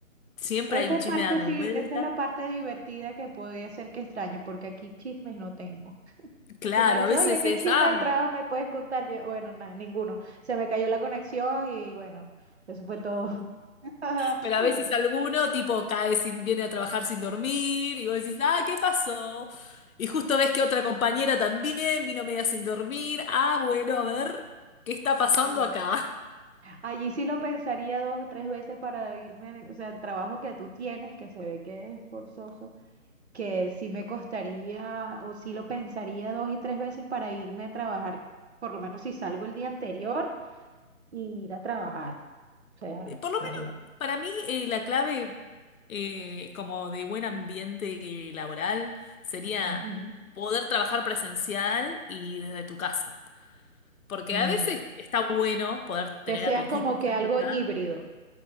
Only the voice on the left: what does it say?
siempre
hay un chisme
dando
vuelta.
Claro,
a veces
es,
ah,
Pero a veces alguno tipo cae sin, viene a trabajar sin dormir y vos decís, ah, ¿qué pasó? Y justo ves que otra compañera también vino media sin dormir. Ah, bueno, a ver, ¿qué está pasando
acá?
Eh, Por lo
menos para mí eh, la clave eh, como de buen ambiente eh, laboral sería
poder trabajar presencial y desde tu casa. Porque
a veces está bueno poder tener
a tu equipo
cerca.